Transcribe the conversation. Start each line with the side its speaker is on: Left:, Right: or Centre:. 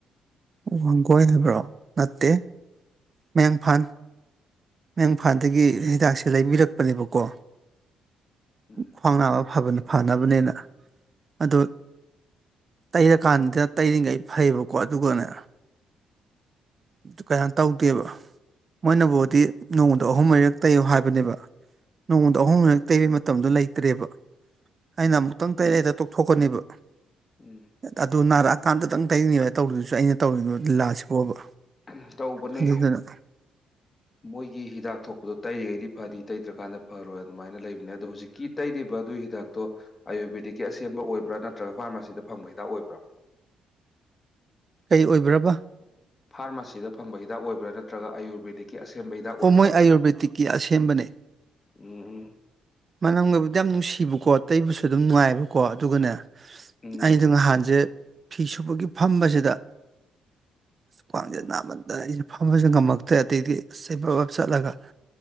Right: ꯋꯥꯡꯒꯣꯏ ꯍꯥꯏꯕ꯭ꯔꯣ ꯅꯠꯇꯦ ꯃꯌꯥꯡꯐꯥꯟ ꯃꯌꯥꯡꯐꯥꯜꯗꯒꯤ ꯍꯤꯗꯥꯛꯁꯦ ꯂꯩꯕꯤꯔꯛꯄꯅꯦꯕꯀꯣ
Left: ꯎꯝ
Right: ꯈꯋꯥꯡ ꯅꯥꯕ ꯐꯕꯅ ꯐꯅꯕꯅꯦꯅ ꯑꯗꯣ ꯇꯩꯔꯀꯥꯟꯗ ꯇꯩꯔꯤꯉꯩ ꯐꯩꯌꯦꯕꯀꯣ ꯑꯗꯨꯒꯅꯦ ꯀꯩꯅꯣ ꯇꯧꯗꯦꯕ ꯃꯣꯏꯅꯕꯨꯗꯤ ꯅꯣꯡꯃꯗ ꯑꯍꯨꯝ ꯃꯔꯤꯔꯛ ꯇꯩꯌꯣ ꯍꯥꯏꯕꯅꯦꯕ ꯅꯣꯡꯃꯗ ꯑꯍꯨꯝ ꯃꯔꯤꯔꯛ ꯇꯩꯕꯩ ꯃꯇꯝꯗꯣ ꯂꯩꯇ꯭ꯔꯦꯕ ꯑꯩꯅ
Left: ꯎꯝ
Right: ꯑꯃꯨꯛꯇꯪ ꯇꯩꯔꯗ ꯇꯣꯛꯊꯣꯛꯀꯅꯦꯕ
Left: ꯎꯝ
Right: ꯑꯗꯨꯅꯔꯥ ꯑꯃꯇꯪ ꯇꯩꯅꯤꯕ ꯇꯧꯔꯗꯨꯁꯨ ꯑꯩꯅ ꯇꯧꯔꯤꯕ ꯂꯤꯂꯥꯁꯤꯕꯨꯕ
Left: ꯎꯝ ꯇꯧꯕꯅꯦ
Right: ꯑꯗꯨꯒ ꯀꯩꯅꯣ
Left: ꯃꯣꯏꯒꯤ ꯍꯤꯗꯥꯛ ꯊꯣꯛꯄꯗꯣ ꯇꯩꯔꯤꯉꯩꯗꯤ ꯐꯅꯤ ꯇꯩꯗ꯭ꯔꯀꯥꯟꯗ ꯐꯔꯣꯏ ꯑꯗꯨꯃꯥꯏꯅ ꯂꯩꯕꯅꯦ ꯑꯗꯣ ꯍꯧꯖꯤꯛꯀꯤ ꯇꯩꯔꯤꯕ ꯑꯗꯨꯒꯤ ꯍꯤꯗꯥꯛ ꯇꯣ ꯑꯌꯨꯔꯕꯦꯗꯤꯛꯀꯤ ꯑꯁꯦꯝꯕ ꯑꯣꯏꯕ꯭ꯔꯥ ꯅꯠꯇ꯭ꯔꯒ ꯐꯥꯔꯃꯥꯁꯤꯗ ꯐꯪꯕ ꯍꯤꯗꯥꯛ ꯑꯣꯏꯕ꯭ꯔꯥ
Right: ꯀꯩ ꯑꯣꯏꯕꯔꯕ
Left: ꯐꯥꯔꯃꯥꯁꯤꯗ ꯐꯪꯕ ꯍꯤꯗꯥꯛ ꯑꯣꯏꯕ꯭ꯔꯥ ꯅꯠꯇ꯭ꯔꯒ ꯑꯌꯨꯔꯕꯦꯗꯤꯛꯀꯤ ꯑꯁꯦꯡꯕ ꯍꯤꯗꯥꯛ ꯑꯣꯏꯕ꯭ꯔꯕ
Right: ꯑꯣ ꯃꯣꯏ ꯑꯌꯨꯨꯔꯕꯦꯗꯤꯛꯀꯤ ꯑꯁꯦꯝꯕꯅꯦ
Left: ꯎꯝ
Right: ꯃꯅꯝꯒꯕꯨꯗꯤ ꯌꯥꯝ ꯅꯨꯡꯁꯤꯕꯀꯣ ꯇꯩꯕꯁꯨ ꯑꯗꯨꯝ ꯅꯨꯡꯉꯥꯏꯕꯀꯣ ꯑꯗꯨꯒꯅꯦ
Left: ꯎꯝ
Right: ꯑꯩꯗꯣ ꯉꯍꯥꯟꯁꯦ ꯐꯤ ꯁꯨꯕꯒꯤ ꯐꯝꯕꯁꯤꯗ ꯈꯋꯥꯡꯖꯦ
Left: ꯎꯝ
Right: ꯅꯥꯃꯟꯗꯅ ꯑꯩꯅ ꯐꯝꯕꯁꯤ ꯉꯝꯃꯛꯇ꯭ꯔꯦ ꯑꯗꯩꯗꯤ ꯁꯦ ꯕꯞꯂꯞ ꯆꯠꯂꯒ